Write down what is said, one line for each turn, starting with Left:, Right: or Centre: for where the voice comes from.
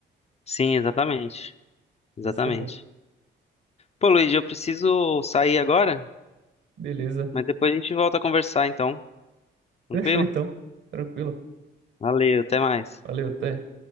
Left: sim, exatamente. Exatamente.
Right: Isso é bom.
Left: Pô, Luiz, eu preciso sair agora,
Right: Beleza.
Left: mas depois a gente volta a conversar, então. Tranquilo?
Right: Fechou então. Tranquilo.
Left: Valeu, até mais.
Right: Valeu, até.